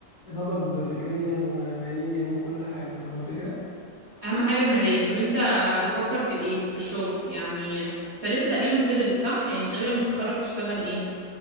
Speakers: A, on the left; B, on the right.
A: نضج فكريا وماليا وكل حاجه فاهم الفكره
B: اهم حاجة المالية انت انت بتفكر في ايه في الشغل يعني انت لسه تقريبا بتدرس صح يعني ناوي لما تتخرج تشتغل ايه